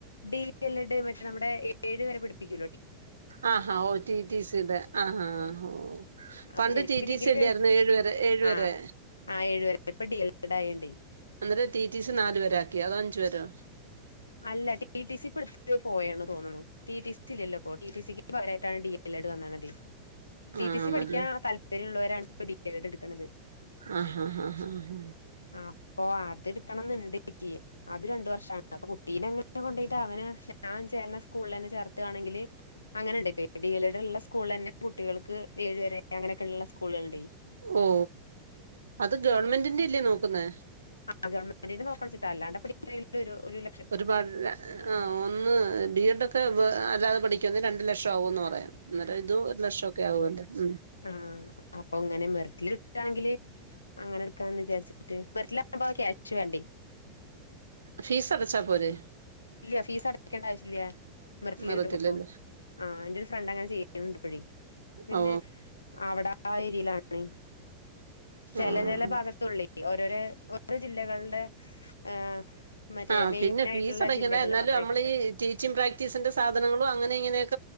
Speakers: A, on the left; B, on the right.
A: ഡി എൽ എഡ് മറ്റേ നമ്മുടെ ഏഴ് വരെ, പഠിപ്പിക്കൂ ല്ലോ?
B: ആഹാ, ഓ ട്ടി ട്ടി സിടെ ആഹ്, ആഹ് ഓ
A: അപ്പൊ
B: പണ്ട്
A: ശരിക്കും
B: ട്ടി ട്ടി
A: ഡിഗ്രി
B: സി
A: കഴി
B: ല്ലായിരുന്ന ഏഴു വരെ ഏഴു വരെ.
A: ആഹ് ആഹ് ഏഴുവരെ. ഇപ്പ ഡി എൽ എഡ് ആയോ ണ്ടേ?
B: അന്നേ ടി ടി സി നാല് പേരാക്കി. അതോ അഞ്ജ് പേരോ,
A: അല്ല, ടി ടി സി ഇപ്പ എടുത്ത് പോയാണ് തോന്നുന്നു. ടി ടി സി ഇല്ല ല്ലോ? ഇ ടി ടി സിക്ക് പകരയിയിട്ടാണ് ഡി ല്ലഡ് വന്നമതി. ടി
B: ആണല്ലേ
A: ടി സി പഠിക്കാൻ താല്പര്യള്ളവരാണ് ഇപ്പൊ ടി എൽ ഏഡ് എടുക്കണത്.
B: ആ ഹ ഹാ ആഹ്
A: അപ്പൊ അത് എടുക്കണം ന്ന് ഇണ്ടനിക്. അത്, രണ്ടു വർഷാണ്. അപ്പൊ കുട്ടീനെ അങ്ങനെ കൊണ്ടയിട്ട്, അവന് ഞാൻ ചേർന്ന സ്കൂളിൽ തന്നെ ചേർത്തുകണെങ്കില്. അങ്ങനെയണ്ട് ഇപ്പ ടി എ ൽ ഡ് ഉള്ള സ്കൂള തന്നെ, കുട്ടികൾക്ക് ഏഴ് വരെ അങ്ങനെയൊക്കെ ഉള്ള സ്കൂളുകലു ണ്ടെ.
B: ഓ, അത് ഗവൺമെന്റിന്റെ യല്ലേ നോക്ക്‌ ന്നേ?
A: ആഹ്, ഗവൺമെന്റി ന്റ നോക്കണച്ചിട്ടാ. അല്ലാണ്ട് പ്പ ഡിഗ്രിലൊരു ഒര് ല
B: ഒര്പാട് ആഹ് ഒന്ന് ബി എ ഡൊ ക്കെ അല്ലാതെ പഠിക്കന്നേ രണ്ട് ലക്ഷംമാവുംന്ന് പറയാം. അന്നേരം ഇതും ഒര് വർഷം ഒക്കെ ആവുലേ? ഉം.
A: ആഹ്, അപ്പ ങ്ങനെ മെറിറ്റില് കിട്ട ണെങ്കില് അങ്ങനെ എട്ക്കാന്ന് വിചാരിച്ച് മെറിറ്റിലാവ്മ്പ ക്യാഷ് വേണ്ടേ
B: ഫീസ് അടച്ചാ പോരേ
A: ഇല്യ ഫീസഅടക്കണ്ട ആവശ്യല്യ മെറിറ്റില്
B: മെറിറ്റിലല്ലേ
A: കിട്ട്മ്പ ആഹ്, ന്റെ ഒര് ഫ്രണ്ട് അങ്ങനെ ചെയ്യ്ണ് ണ്ട്. ഇപ്പഴേ പിന്നെ
B: ഓ
A: ആഹ് വട ആ ഏരിയെലാണെ ചെല
B: ആഹ്
A: ചെല ഭാഗത്തൊള്ളേ ഓരോരേ ഓരോ ജില്ലകൾടെ ഏഹ് മറ്റേ
B: ആഹ്
A: മെയിൻ
B: പിന്നെ
A: ആയിട്ടുള്ള
B: ഫീസടയ്ക്കണേ
A: ജില്ലകളിൽ
B: ‌ ന്നാലും
A: മാത്രമായിട്ടാണ്
B: അമ്മളീ ടീച്ചിംഗ് പ്രാക്ടീസിന്റെ സാധനങ്ങളും അങ്ങനെ ഇങ്ങനെയൊക്